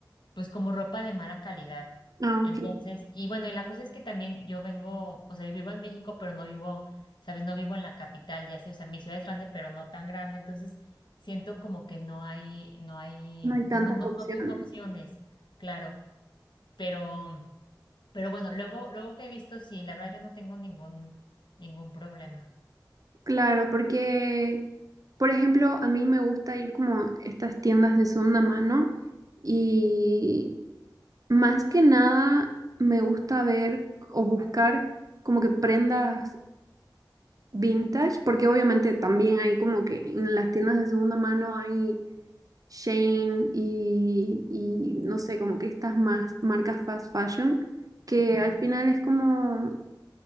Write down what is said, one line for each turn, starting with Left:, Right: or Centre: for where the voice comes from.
Left: pues como ropa de mala calidad.
Right: Aunque
Left: Entonces, y bueno, y la cosa es que también yo vengo, o sea, vivo en México, pero no vivo, sabes, no vivo en la capital, ya sé, o sea, mi ciudad es grande, pero no tan grande. Entonces, siento como que no hay, no hay,
Right: no hay
Left: pues
Right: tantas
Left: no, no,
Right: opciones.
Left: no tengo opciones, claro. Pero, pero bueno, luego, luego que he visto, sí, la verdad yo no tengo ningún, ningún problema.
Right: Claro, porque, por ejemplo, a mí me gusta ir como a estas tiendas de segunda mano y más que nada me gusta ver o buscar como que prendas vintage, porque obviamente también hay como que en las tiendas de segunda mano hay Shane y, y no sé, como que estas más marcas fast fashion, que
Left: Ujú.
Right: al final es como